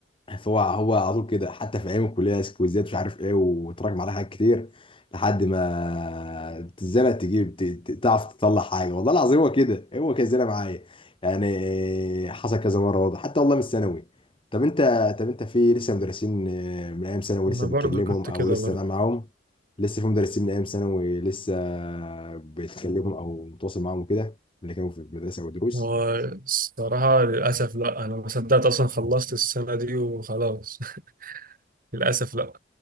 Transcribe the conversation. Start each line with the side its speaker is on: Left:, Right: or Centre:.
Left: هو هو على طول كده حتى في ايام الكليه سكويزات مش عارف ايه وتراكم عليها حاجات كتير لحد ما تزنق تجيب ت- ت- تعرف تطلع حاجه والله العظيم هو كده هو كده زي معايا يعني حصل كذا مره برضه حتى والله من الثانوي طب انت طب انت في لسه مدرسين آه، من ايام ثانوي
Right: انا
Left: لسه
Right: برضو
Left: بتكلمهم
Right: كنت
Left: او
Right: كده
Left: لسه
Right: برضو
Left: ده معاهم لسه في مدرسين من ايام ثانوي لسه بتكلمهم او متواصل معاهم كده اللي كانوا في المدرسه او دروس
Right: والصراحة للأسف لا انا ما صدقت اصلا خلصت السنة دي وخلاص <laughs> للأسف لا